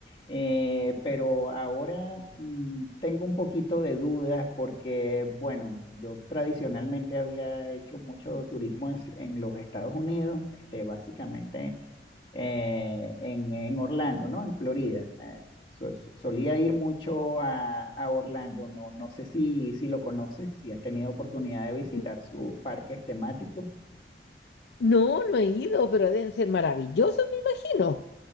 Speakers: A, on the left; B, on the left.
A: eh, pero ahora mm, tengo un poquito de dudas porque, bueno, yo tradicionalmente había hecho mucho turismo es- en los Estados Unidos, este, básicamente eh, en, en Orlando, ¿no? En Florida. Eh, so- so- solía ir mucho a, a Orlando, no, no sé si, si lo conoces, si has tenido oportunidad de visitar
B: N-
A: sus parques temáticos.
B: No, no he ido, pero deben ser maravillosos, me imagino.